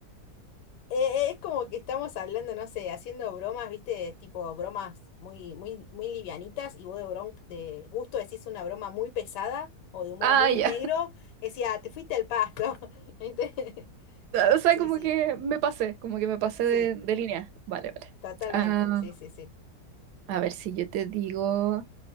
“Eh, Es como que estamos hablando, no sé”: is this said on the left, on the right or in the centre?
Left